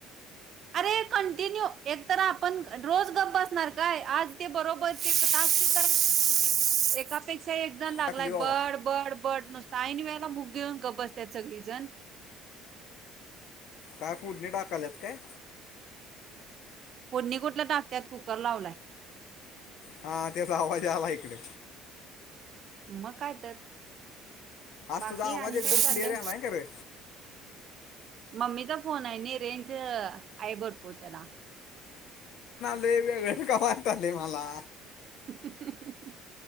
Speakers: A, on the right (about 55°); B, on the left (about 70°).
A: अरे कंटिन्यू एक तर आपण रोज गप बसणार काय आज ते बरोबर ते सांगतू एका पैक्ष एक जण लागलाय
B: टाकली बाबा
A: बड बड बड नुसता ऐन वेळेला मुूक घेऊन ग बसतत सगळीजण
B: काय फोडणी टाकाल्यात काय?
A: पोडणी कुठलं टाकत्यात? कुकर लावलाय.
B: हा त्याचा आवाज आला इकडे.
A: मग काय तर?
B: आज
A: बाकी
B: तुझा
A: आणि
B: आवाज एकदम
A: काय चाललंय
B: क्लिअर आलाय खर.
A: मम्मीचा फोन आहे आणि रेंज आहे भरपूर त्याला.
B: ते वेगळे का वाटाले मला?
A: <unintelligible>